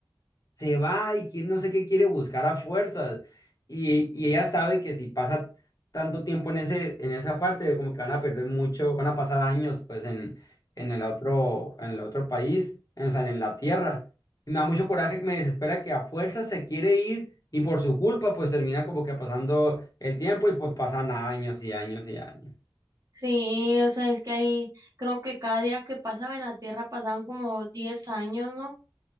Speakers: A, on the left; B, on the right.
A: se va y quién no sé qué quiere buscar a fuerzas. Y, y ella sabe que si pasa tanto tiempo en ese, en esa parte, como que van a perder mucho, van a pasar años pues en, en el otro, en el otro país, en, o sea, en la tierra. Y me da mucho coraje que me desespera que a fuerzas se quiere ir y por su culpa pues termina como que pasando el tiempo y pues pasan años y años y años.
B: Sí, o sea, es que ahí creo que cada día que pasaba en la tierra pasaban como 10 años, ¿no?